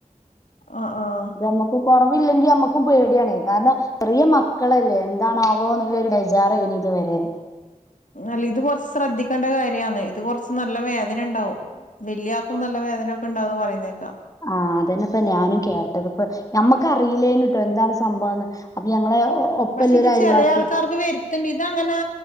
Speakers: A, on the left; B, on the left.
A: ആഹ് ആഹ്
B: നമ്മുക്ക് കുറവ ഇല്ലെങ്കിൽ നമക്ക് പേടിയാണ് കാരണം ഇത്രയം മ മക്കളല്ലേ എന്താണാവോ പോന്നല്ലോ ബേജാറ് ഇനി ഇത് വരെ
A: അല്ല ഇത് കൊറച്ച് ശ്രദ്ധിക്കേണ്ട കാര്യാണ് ഇത് കൊറച്ച് നല്ല വേദന ഉണ്ടാവും വല്യ ആക്കും നല്ല വേദന ഒക്കെണ്ടന്ന് പറയുന്നേക്കാ
B: ആഹ അതന്നെ ഇപ്പ ഞാനും കേട്ടത് ഇപ്പ ഞമ്മക്ക് അറിയില്ലേന കട്ടോ എന്താണ് സംഭവംന്ന് അപ്പൊ ഞങ്ങളെ ഒ- ഒപ്പല്ല
A: പക്ഷെ ഇത്
B: ഒരു അയൽവാസി
A: ചില ആൾക്കാർക്ക് വരുത്തണ്ട് ഇതങ്ങനാ